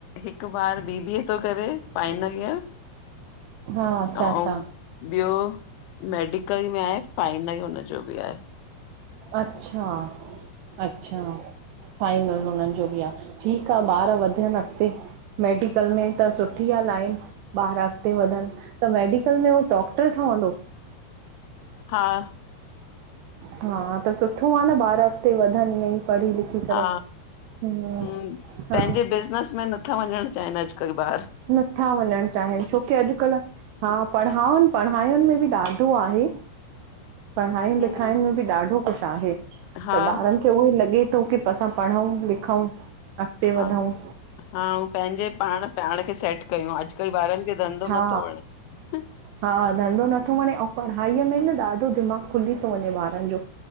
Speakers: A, on the left; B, on the right.
A: हिकु ॿारि बीबीए तो करे फाइनल ईयर।
B: हा अच्छा
A: त आउं
B: अच्छा
A: ॿियो मेडिकल में आहे, फाइनल हुनजो बि आहे।
B: अच्छा अच्छा। फाइनल हुननि जो बि आ, ठीकु आ ॿारि वधनि अॻिते। मेडिकल में त सुठी आ लाइन। ॿारि अॻिते वधनि, त मेडिकल में हो डॉक्टर ठवंदो?
A: हा
B: हा त सुठो आ न, ॿारि अॻते वधनि ईअं ई पढ़ी लिखी करे।
A: हा
B: हम्म
A: ह
B: हा
A: पंहिंजे बिज़नेस में नथा वञंणु चाहिन अॼुकल्ह ॿारि।
B: नत्था वञंणु चाहिन, छोकी अॼुकल्ह हा, पढ़ावनि पढ़ाइनि में बि ॾाढो आहे। पढ़ायूं
A: हम्म
B: लिखायिन में बि ॾाढो कुछ आहे,
A: हा
B: त ॿारनि त उहो लॻे तो की, असां पढऊं- लिखऊं अॻिते
A: हा
B: वधऊं।
A: हा उ पंहिंजे पाणु- पाणु खे सैट कयूं, अॼुकल्ह ॿारनि खे धंधो
B: हा
A: नत्थो वणे।
B: हा धंधो नथो वणे, ओं पढ़ाईअ में न ॾाढो दिमाग खुली तो वञे ॿारनि जो,